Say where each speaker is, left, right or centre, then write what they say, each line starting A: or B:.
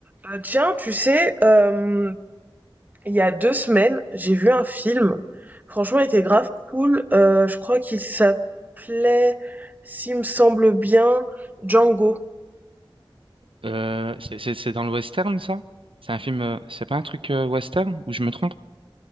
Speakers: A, on the right; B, on the right.
A: Euh, tiens, tu sais, euh, il y a deux semaines, j'ai vu un film. Franchement, il était grave cool. Euh, je crois qu'il s'appelait, s'il me semble bien, Django.
B: Euh, c'est c'est- c'est dans le western, ça? C'est un film, euh, c'est pas un truc euh, western ou je me trompe?